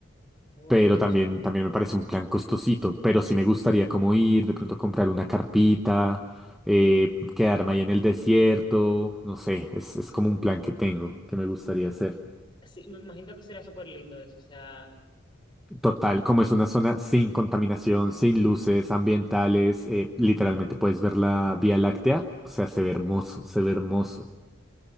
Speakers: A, on the left (about 25°); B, in the centre.
A: Oh,
B: Pero
A: qué
B: también,
A: chulo.
B: también me parece un plan costosito. Pero sí me gustaría como ir, de pronto comprar una carpita, eh, quedarme ahí en el desierto. No sé, es, es como un plan que tengo, que me gustaría hacer.
A: Sí, me imagino que sería súper lindo eso, o sea,
B: Total, como es una zona sin contaminación, sin luces ambientales, eh, literalmente puedes ver la Vía Láctea. O sea, se ve hermoso, se ve hermoso.